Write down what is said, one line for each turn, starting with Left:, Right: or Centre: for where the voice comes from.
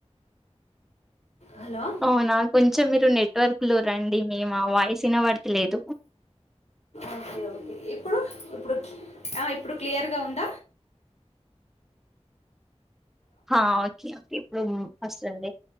Left: హలో
Centre: అవునా కొంచెం మీరు నెట్వర్క్ లో రండి మేము వాయిస్ వినబడితలేదు
Left: ఓకే ఓకే ఇప్పుడు ఇప్పుడు ఇప్పుడు క్లియర్ గా ఉంద
Centre: ఓకే ఇప్పుడు ఫస్ట్ అండి